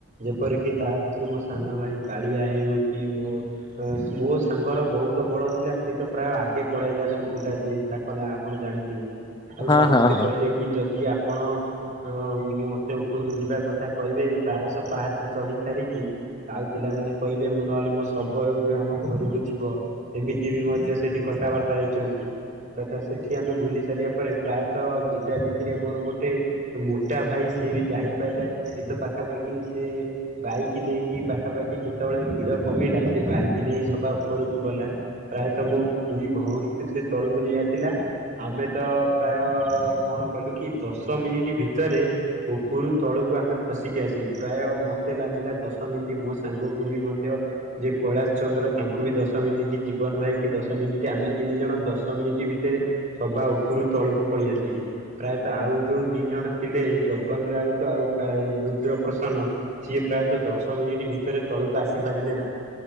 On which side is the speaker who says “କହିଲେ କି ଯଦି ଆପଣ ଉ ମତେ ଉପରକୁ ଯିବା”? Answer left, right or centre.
Right